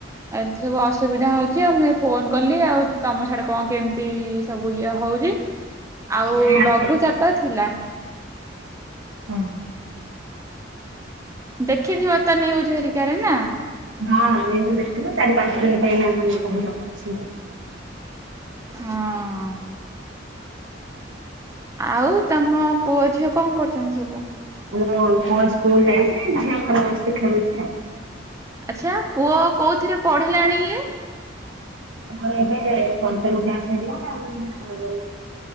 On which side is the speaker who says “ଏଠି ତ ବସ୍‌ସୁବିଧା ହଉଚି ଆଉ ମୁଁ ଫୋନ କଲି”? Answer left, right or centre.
Right